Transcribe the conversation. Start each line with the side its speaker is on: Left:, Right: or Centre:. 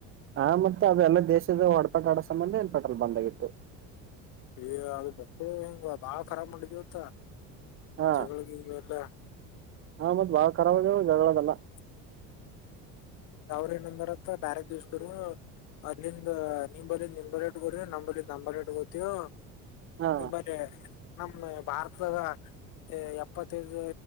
Right: ಹಾ ಮತ್ತೆ ಅಲ್ಲ ದೇಶದ ಹೊಡಪೆಟ ಆಡೋ ಸಂಬಂಧ ಏನ್ಪೆಟಲ್ ಬಂದಾಗಿಿತ್ತು
Left: ಇ ಅದು ಬಕ್ಕಳ ಹಿಂಗ ಬಾಳ ರಾಬ್ ಮಾಡಿದವತ್ತ
Right: ಹಾ
Left: ಜಗಳಿಗೆ ಎಲ್ಲ
Right: ಹಾ ಮತ್ತತ್ ಬಾಳಖರಾರ ಆಗಾವ ಜಗಳದಲ್ಲ
Left: <inaudible> ಅವ್ರ ಏನಂದಾರತ್ರ ಬ್ಯಾರ ದಿವ್ಸದರು ಅಲ್ಲಿಂದ ನಿಮ ಬಲ್ಲಿಂದ ರ್ೇಟ್ ಗೋಡ ನಮ್ಲಂದ ನಂಬರ್ ರೇಟ್ ಗೊತವು
Right: ಹಾ
Left: ಈ ಬರ ನಮ ಭಾರತಾಗ ಎಪ್ಪತ್ತೈದು